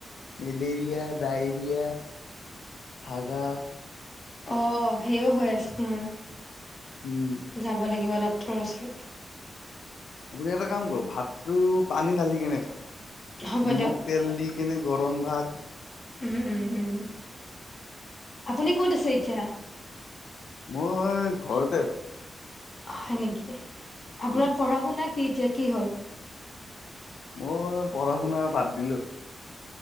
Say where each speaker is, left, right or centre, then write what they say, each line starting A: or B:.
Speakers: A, on the left; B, on the left.
A: মেলেৰিয়া- ডায়ৰিয়া, হাগা।
B: অ' সেইয়ও হৈ আছে তোমাৰ।
A: উম।
B: যাব লাগিব ডাক্তৰৰ ওচৰত।
A: আপুনি এটা কাম কৰক ভাতটো পানী ঢালি কেনে খাওক।
B: হ'ব
A: নিমখ
B: দিয়ক
A: তেল দি কেনে গৰম ভাত
B: উম', উম ', উম, আপুনি ক'ত আছে এতিয়া?
A: মই ঘৰতে আছো।
B: হয় নেকি, আপোনাৰ
A: উম
B: পঢ়া শুনা কি এতিয়া কি হ'ল?
A: মই পঢ়া শুনা বাদ দিলো।